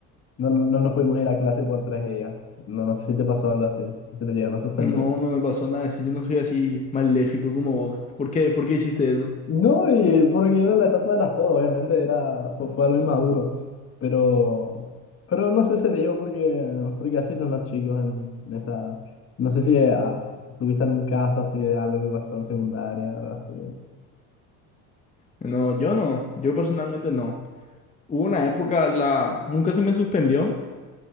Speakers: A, on the left (about 40°); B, on the left (about 20°).
A: no, no no nos pudimos ir a clase por tres días. No, no sé si te pasó algo así, si te llegaron a suspender.
B: No, no me pasó nada. Si yo no soy así maléfico como vos. ¿Por qué? ¿Por qué hiciste eso?
A: No, y porque era la etapa de la joda, obviamente era, fue, fue algo inmaduro, pero, pero no sé, se dio porque, porque así son los chicos en, en esa... No sé si eh, ah, tuviste algún caso así de algo que pasó en secundaria, algo así.
B: No, yo no. Yo personalmente no. Hubo una época, la... nunca se me suspendió,